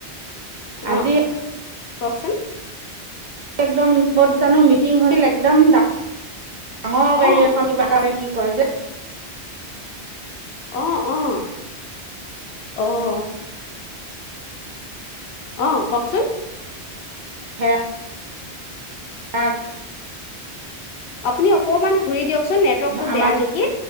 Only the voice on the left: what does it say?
আহ। কওকচোন!
অ
আহ আহ আহ। অ কওকচোন?
আপুনি অকণমান ঘূৰি দিয়কচোন নেটৱৰ্কটো
বেয়া নেকি